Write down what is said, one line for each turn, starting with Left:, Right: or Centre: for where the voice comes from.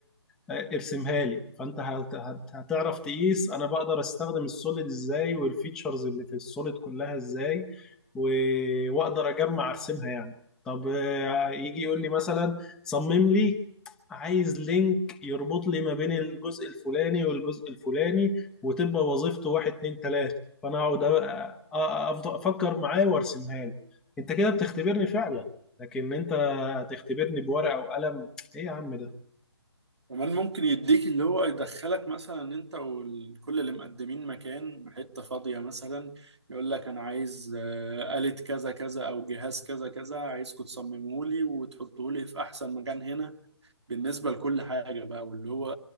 Centre: آه، ارسمها لي فانت هت- هت- هتعرف تقيس انا بقدر استخدم السوليد ازاي والفيتشرز اللي في السوليد كلها ازاي و- واقدر اجمع ارسمها يعني طب آه، يجي يقول لي مثلا صمم لي عايز لينك يربط لي ما بين الجزء الفلاني والجزء الفلاني وتبقى وظيفته واحد اتنين تلاتة فانا اقعد أ- أ- افضل افكر معاه وارسمها له انت كده بتختبرني فعلا لكن انت هتختبرني بورقة وقلم ايه يا عم ده
Right: كمان ممكن يديك اللي هو يدخلك مثلا انت وكل اللي مقدمين مكان حتة فاضية مثلا يقول لك انا عايز آه، آلة كذا كذا او جهاز كذا كذا عايزكم تصمموه لي وتحطوه لي في احسن مكان هنا بالنسبة لكل حاجة بقى واللي هو